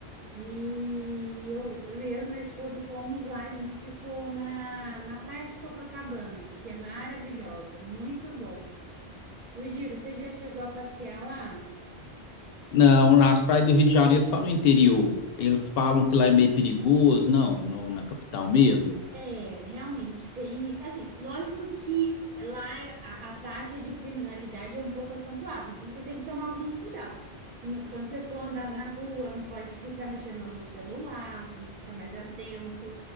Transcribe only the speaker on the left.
Não, nas praias do Rio de Janeiro é só no interior. Eles falam que lá é meio perigoso, não, no- na capital mesmo.